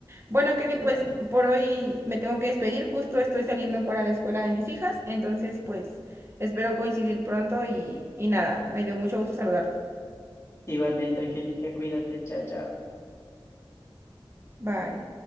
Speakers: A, on the right; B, on the left.
A: Bueno, Kevin,
B: Qué
A: pues
B: bueno.
A: por hoy me tengo que despedir, justo estoy saliendo para la escuela de mis hijas, entonces pues espero coincidir pronto y, y nada, me dio mucho gusto saludarte.
B: Igualmente, Angélica, cuídate, chao, chao.
A: Bye.